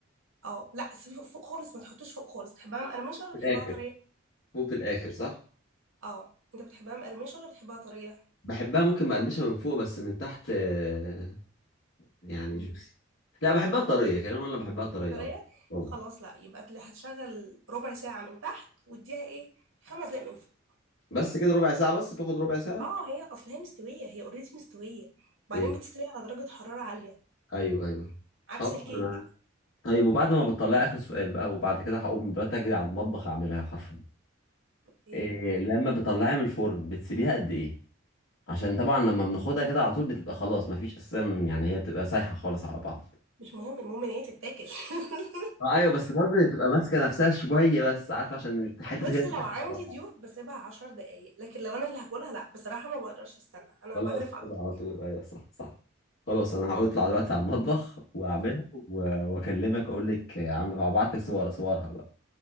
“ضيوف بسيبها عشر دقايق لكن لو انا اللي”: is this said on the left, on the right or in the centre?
Right